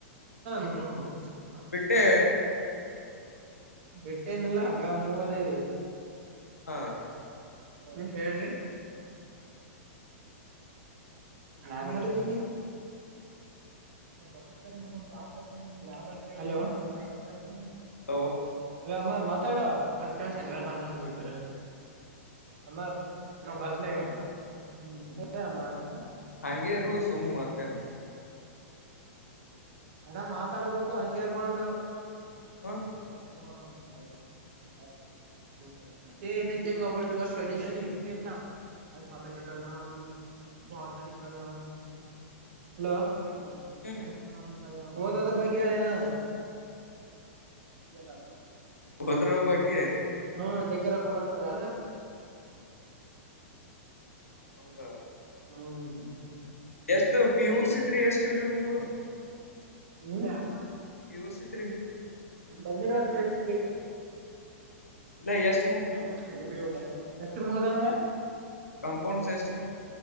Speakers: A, on the right; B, on the left.
A: ಇ ಬತ
B: ಬಿಟ್ಟೆ
A: ಬೆಟ್ಟೇನಲ್ಲ ಆಗ ಮೂವರೆ ಇವೆ
B: ಹಾ
A: ನೀ ಹೇಳ್ರಿ ಹೆಂಗೆಮಾಡಿದರೆ ಹೆಲೋ
B: ಹಲೋ
A: ಅಲ ಅಮರ್ ಮಾತಾಡ ಅದ್ಕ ಶನಿವಾರ ಭಾನುವಾರ ನಮಗ ಇಬ್ಬರ ಅಮರ್ ಕ್ಲಾಸ್
B: ಹ
A: ನಾಗೆ ಹ್ಮ
B: ಹಂಗೆ ಇರು ಸುಮ್ ಮತ್ತೇನು
A: ಅಣ್ಣ ಮಾತಾಡ್ಬೇಕು ಹಂಗೆ ಇರ್ಬಾರ್ದು
B: ಹಾ
A: ಷ್ಟು <unintelligible> ನೊಬ ಸ್ಟ ಎ ಆಥಾಮೆಟಿಕಲ್ ಆ್ <unintelligible> ಹೆಲೋ
B: ಹ್ಮ್
A: ಓದೋದ್ರು ಬಗ್ಗೆ ಹೇಳೇನು ಹ
B: ಹೋದದ್ರು ಬಗ್ಗೆ
A: ಹ್ಮ ಜಗ್ಗೆ ರೊಕ್ಕ ಬರ್ತವೆ
B: ಹೌದಾ
A: ಹ್ಮಞ ಹ್ಞ
B: ಎಷ್ಟು ಪಿಯುಸಿದು ಎಷ್ಟು ನೆಟ್ ಮುಗಿದವು
A: ನೀ ಯಕ
B: ಯೂಸಿ ತ್ರಿ
A: ಬಂದಿಲ್ಲ ತಿಳಿಸಿದ್ರಿ
B: ಇಲ್ಲ ಎಷ್ಟು
A: ನಮಗು ಚಳ್ಳಿ ಬೆಳಿ ಓದಾಗತ್ತ ಎಷ್ಟು ಮುಗ್ದಂಡೆ
B: ಕಾಂಪೌಂಡ್ ಸೆಕ್ಸ್